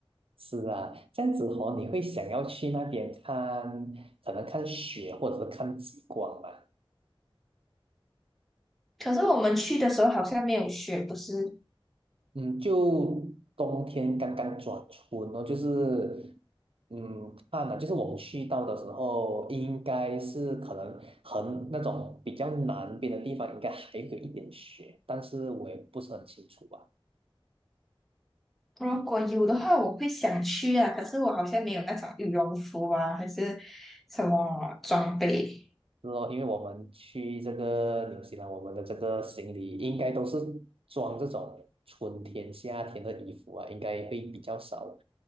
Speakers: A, on the right; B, in the centre.
A: 是啊，这样子哦，你会想要去那边看，可能看雪或者是看极光吧？
B: 可是我们去的时候好像没有雪，不是？
A: 嗯，就冬天刚刚转春哦，就是嗯，看了，就是我们去到的时候，应该是可能很那种比较南边的地方，应该还有一点雪，但是我也不是很清楚吧。
B: 如果有的话，我会想去啊。可是我好像没有那种羽绒服啊，还是什么装备。
A: 是哦，因为我们去这个纽西兰，我们的这个行李应该都是装这种春天、夏天的衣服啊，应该会比较少